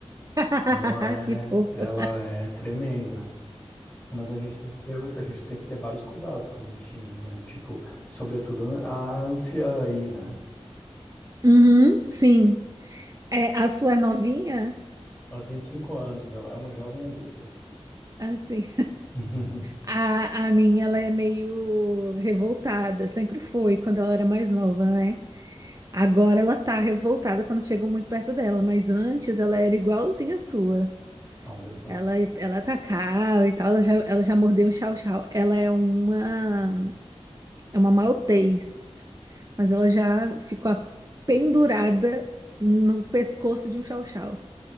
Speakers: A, on the right; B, on the left.
A: <laughs>
B: Ela é,
A: Que fofa.
B: ela é tremenda, mas a gente tem que ter, a gente tem que ter vários cuidados com os bichinhos, né? Tipo, sobretudo a anciã aí, né?
A: Uhum, sim. É, a sua é novinha?
B: Ela tem cinco anos, ela é uma jovem adulta.
A: Assim. <laughs>
B: <laughs>
A: A, a minha, ela é meio revoltada. Sempre foi quando ela era mais nova, né? Agora ela tá revoltada quando chegam muito perto dela, mas antes ela era igualzinha à sua.
B: Olha só.
A: Ela, ela atacava e tal, ela já, ela já mordeu um chau-chau. Ela é uma, é uma maltês, mas ela já ficou a- pendurada no pescoço de um chau-chau.